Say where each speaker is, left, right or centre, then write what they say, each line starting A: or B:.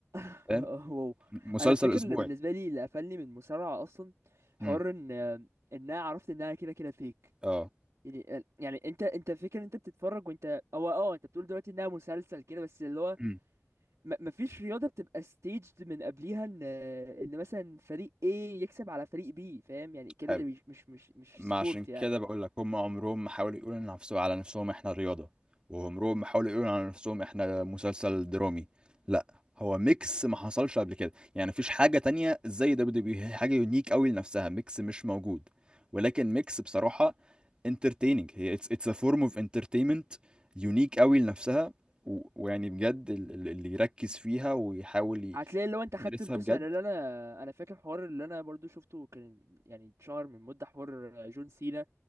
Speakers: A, on the right (about 75°); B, on the right (about 20°).
A: <laughs>
B: فاهم
A: واو
B: مسلسل
A: انا فاكر
B: اسبوعي
A: ان بالنسبه لي اللي قفلني من المصارعه اصلا حوار
B: امم
A: ان ان انا عرفت انها كده كده فيك
B: اه
A: يعني يعني انت انت فكر انت بتتفرج وانت او اه انت بتقول دلوقتي انها مسلسل كده بس اللي هو
B: مم.
A: م- مفيش رياضه بتبقى staged من قبليها ان ان مثلا فريق A يكسب على فريق B فاهم يعني كده
B: حلو
A: ده مش مش مش مش
B: ما
A: سبورت
B: عشان
A: يعني
B: كده بقول لك هم عمرهم ما حاولوا يقولوا لنفسهم على نفسهم احنا رياضة وعمرهم ما حاولوا يقولوا على نفسهم احنا مسلسل درامي لا هو ميكس ما حصلش قبل كده يعني مفيش حاجة تانية زي دبليو دبليو هي حاجة يونيك قوي لنفسها ميكس مش موجود ولكن ميكس بصراحة انترتيننج هي اتس اتس ا فورم اوف انترتينمنت يونيك قوي لنفسها و... ويعني بجد ال- ال- اللي يركز فيها ويحاول
A: هتلاقي لو انت خدت
B: يدرسها
A: القصه
B: بجد
A: يعني اللي انا انا فاكر حوار اللي انا برضو شفته كان يعني اتشهر من مده حوار جون سينا